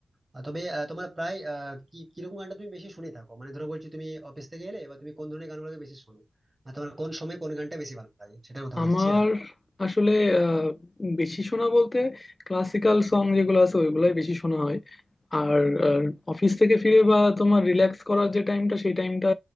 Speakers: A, on the right; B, on the left.
A: আহ, তবে আহ, তোমার প্রায় আহ, কি কিরকম গানটা তুমি বেশি শুনে থাকো মানে ধরো বলছি তুমি অফিস থেকে এলে বা তুমি কোন ধরনের গানগুলোকে বেশি শোনো আর তোমার কোন সময় কোন গানটা বেশি ভালো লাগে সেটার কথা
B: আমার
A: বলছি
B: আসলে আহ, বেশি শোনা বলতে ক্লাসিক্যাল সং যেগুলো আছে ওইগুলাই বেশি শোনা হয় আর অফিস থেকে ফিরে বা তোমার রিল্যাক্স করার যে টাইমটা সেই টাইমটা